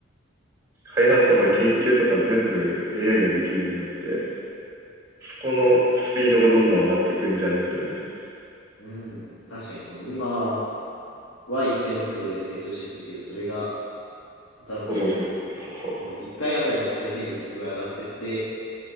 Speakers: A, on the right; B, on the left.
A: 開発とか研究とか全部 AI ができるようになって、そこのスピードがどんどん上がってくんじゃねって思うんだけど。
B: うん。確かにその今は一定の速度で成長してってるけど、それが多分結
A: そうそうそうそうそうそ
B: 構、1回あたりの回転率がすごい上がってって、